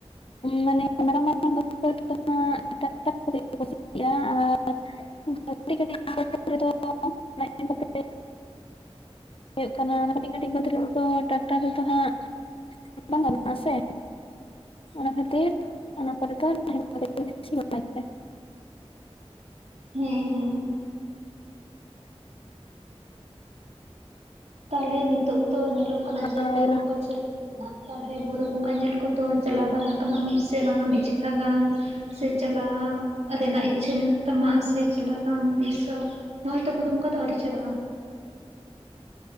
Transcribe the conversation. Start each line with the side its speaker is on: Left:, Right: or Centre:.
Left: ᱢᱟᱱᱮ ᱢᱟᱨᱟᱝ ᱢᱟᱨᱟᱝ ᱵᱟᱹᱛ ᱠᱚ ᱨᱮ ᱢᱟ ᱴᱟᱠᱴᱟᱨ ᱛᱮ ᱠᱚ ᱥᱤᱭᱟ᱾ ᱟᱨ ᱠᱟᱴᱤᱡ ᱠᱟᱴᱤᱡ ᱵᱟᱹᱛ ᱨᱮ ᱫᱚ <unintelligible> ᱦᱳᱭᱳᱜ ᱠᱟᱱᱟ ᱠᱟᱹᱴᱤᱡ ᱠᱟᱹᱴᱤᱡ ᱵᱟᱹᱫᱽ ᱨᱮ ᱦᱚᱸ ᱴᱮᱨᱟᱠᱴᱟᱨ ᱨᱮ ᱫᱚ ᱦᱟᱸᱜ ᱵᱟᱝ ᱜᱟᱱᱚᱜ ᱟᱥᱮ ᱚᱱᱟ ᱠᱷᱟᱹᱛᱤᱨ ᱚᱱᱟ ᱠᱚ ᱨᱮ ᱫᱚ ᱱᱟᱦᱮᱞ ᱠᱚ ᱛᱮ ᱥᱤ ᱵᱟᱲᱟᱭ ᱛᱟᱦᱮᱫ᱾
Right: ᱦᱮᱸ ᱦᱮᱸ ᱛᱟᱦᱞᱮ ᱱᱤᱛᱚᱜ ᱫᱚ ᱧᱮᱞᱚᱜ ᱠᱟᱱᱟ ᱡᱟ
Left: ᱟᱨ
Right: ᱵᱩᱨᱩ ᱵᱚᱸᱜᱟ ᱪᱟᱞᱩ ᱠᱟᱱᱟ ᱛᱟᱦᱞᱮ ᱵᱩᱨᱩ ᱵᱚᱸᱜᱟ ᱧᱮᱞ ᱠᱚ ᱫᱚ ᱪᱟᱞᱟᱣ ᱵᱟᱲᱟ ᱠᱟᱱᱟᱢ ᱥᱮ ᱵᱟᱝᱼᱟ ᱢᱤᱫ ᱡᱟᱠᱷᱟ ᱜᱟᱱ᱾ ᱥᱮ ᱪᱟᱞᱟᱜ ᱨᱮᱱᱟᱜ ᱤᱪᱪᱷᱟᱹ ᱢᱮᱱᱟᱜ ᱛᱟᱢᱟ ᱥᱮ ᱪᱟᱞᱟᱜ ᱟᱢ ᱛᱤᱥ ᱚᱜ᱾ ᱱᱚᱜᱚᱭ ᱛᱚ ᱵᱩᱨᱩ ᱵᱚᱸᱜᱟ ᱫᱚ ᱟᱹᱣᱨᱤ ᱪᱟᱵᱼᱟ᱾